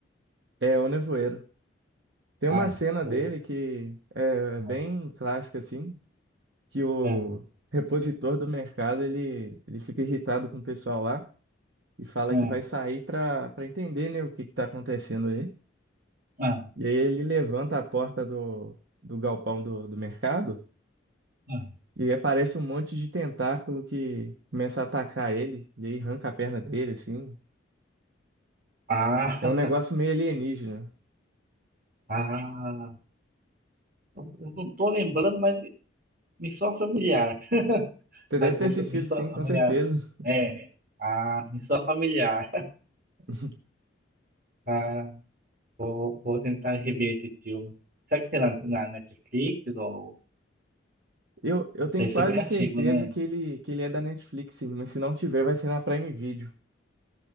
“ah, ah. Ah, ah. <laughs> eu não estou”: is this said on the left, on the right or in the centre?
Right